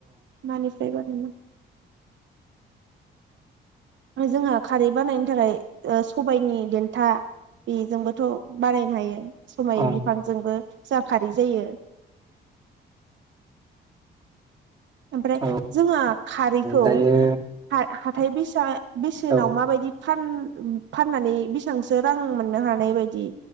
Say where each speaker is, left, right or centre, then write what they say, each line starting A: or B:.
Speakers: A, on the right; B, on the right.
A: मानि बे बादि जोंहा खारै बानायनो थाखाय ओ सबायनि देन्था बेजोंबोथ बानायनो हायो। सबाय
B: औ
A: बिफांजोंबो जा खारै जायो । ओमफ्राय
B: औ
A: जोंहा खारैखौ
B: दायो
A: <unintelligible> थाय बिसा बेसेनाव
B: औ
A: माबायदि फान-फाननानै बेसेबांसो रां मोननो हानाय बायदि